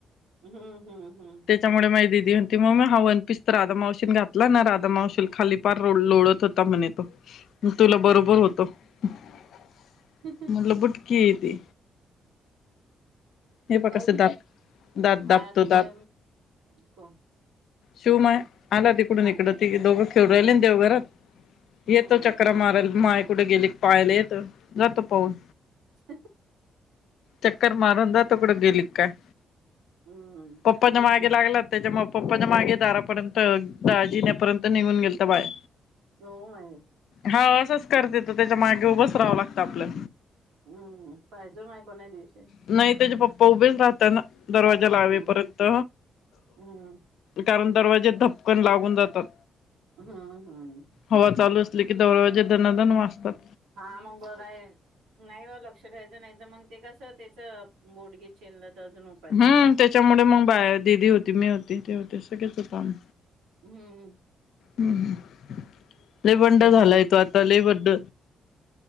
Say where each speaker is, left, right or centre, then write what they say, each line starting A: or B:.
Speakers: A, on the right; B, on the left.
A: हम्म हम्म हम्म.
B: त्याच्यामुळे माझ दिदीती मग हा वन पीस तर रा मा. घातला ना राधा मशील खाली पार लोळत होता म्हणे तो तुला बरोबर होतो. <unintelligible>
A: ह.
B: मल भुटकी त. हे प्रकाचे
A: अधीची
B: दात दात दाबतो
A: हात
B: दात.
A: काय कोण
B: शिव मय आला तिकडून
A: आव
B: इकडं त दोघं खेळू राहिले ना देवघरात येतो
A: हम्म
B: चक्र मारायला माय कुठे गेली पाहायला येत जातो पाहून
A: ह
B: चक्कर मारूना तोकड अे लिकाय
A: हम्म
B: पप्पाच्या
A: दिसली
B: मागे लागलात त्याच्या मग पप्पाच्या मागे दारापर्यंत- दा जिण्यापर्यंत निघून गेल तर बाय-
A: हो माय
B: हा असंच करते तो त्याच्या मागे उभस रावं लागतं आपलं
A: हम्म पाहिजे माय कोणा या दिवशी
B: नाही त्याचे पप्पा उभेच राहतात दरवाजा लावेपर्यंत
A: हम्म हम्म
B: कारण दरवाजे धपकन लागून जातात.
A: हम हम
B: हवा चालू असली की दौराजे धनदन वाचतात.
A: हा मग बर आहे. नाही बा लक्ष ठेयचं नाही तर मग ते कसं त्याचं बोडगी चेनलं तर अजून उपाधीच
B: हम्म त्याच्यामुळे मग बा दिदी होती मी होती ते होते सगळेच होतो आम
A: हम्म
B: ह् लेबंड
A: मुंगी
B: झालाय तो आता लेबंड-